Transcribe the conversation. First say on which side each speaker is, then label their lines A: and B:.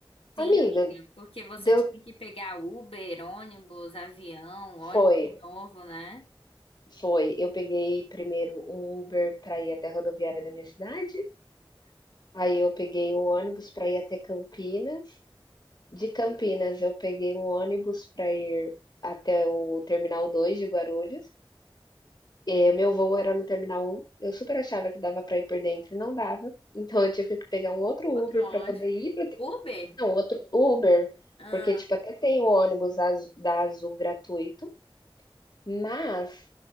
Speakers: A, on the left; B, on the left.
A: Sim,
B: Amiga,
A: amiga, porque você
B: deu
A: tinha que pegar Uber, ônibus, avião, ônibus
B: foi,
A: de novo, né?
B: foi. Eu peguei primeiro um Uber pra ir até a rodoviária da minha cidade, aí eu peguei um ônibus pra ir até Campinas. De Campinas eu peguei um ônibus pra ir até o Terminal 2 de Guarulhos. Eh, meu voo era no terminal um eu super achava que dava para ir por dentro e não dava, então eu tive que pegar um outro
A: Outro
B: Uber
A: ônibus?
B: para poder ir para
A: Uber?
B: não, outro Uber,
A: Ah,
B: porque, tipo, até tem o ônibus azu da Azul gratuito, mas,